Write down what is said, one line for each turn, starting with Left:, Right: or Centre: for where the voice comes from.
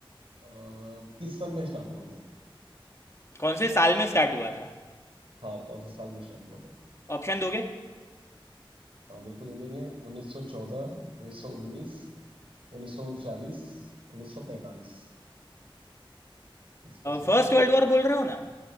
Right: अ, किस सन में स्टार्ट हुआ था
Left: कौन से साल में स्टार्ट हुआ था
Right: हाँ कौन से साल में स्टार्ट हुआ था
Left: ऑप्शन दोगे
Right: हाँ बिल्कुल दे देंगे 1914 1919 1939 1945 इस पर से बता
Left: फर्स्ट
Right: दो
Left: वर्ल्ड
Right: आप
Left: वॉर बोल रहे हो ना